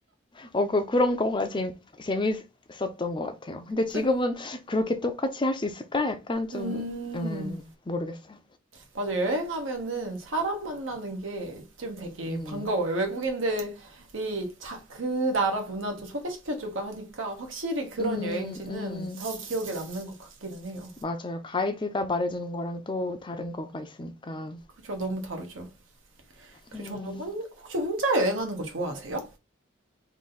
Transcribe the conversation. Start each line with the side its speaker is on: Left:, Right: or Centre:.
Left: 어, 그, 그런 거가 재, 재밌었던 것 같아요. 근데 지금은
Right: 끝.
Left: 그렇게 똑같이 할 수 있을까? 약간 좀,
Right: 음.
Left: 음, 모르겠어요.
Right: 맞아, 여행하면은 사람 만나는 게 좀 되게
Left: 음,
Right: 반가워요. 외국인들이 자, 그 나라 문화도 소개시켜주고 하니까 확실히 그런
Left: 음,
Right: 여행지는
Left: 음,
Right: 더 기억에 남는 것 같기는 해요.
Left: 맞아요. 가이드가 말해주는 거랑 또 다른 거가 있으니까.
Right: 그렇죠, 너무 다르죠. 그리고
Left: 음,
Right: 저는 혼, 혹시 혼자 여행하는 거 좋아하세요?